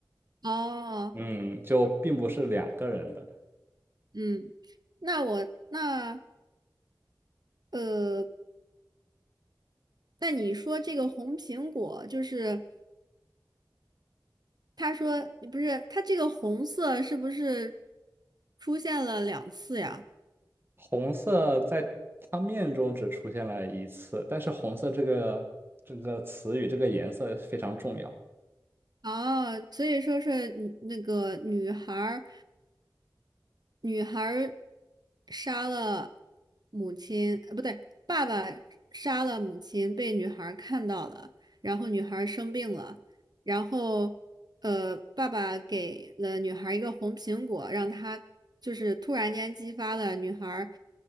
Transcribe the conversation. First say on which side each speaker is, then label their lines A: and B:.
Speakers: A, on the right; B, on the right.
A: 哦，
B: 嗯，就并不是两个人的。
A: 嗯，那我那呃，那你说这个红苹果就是。他说不是，他这个红色是不是出现了两次呀？
B: 红色在他面中只出现了一次，但是红色这个这个词语这个颜色非常重要。
A: 哦，所以说是女那个女孩儿，女孩儿杀了母亲，呃，不对，爸爸杀了母亲，被女孩儿看到了，然后女孩儿生病了，然后呃，爸爸给了女孩儿一个红苹果，让她就是突然间激发了女孩儿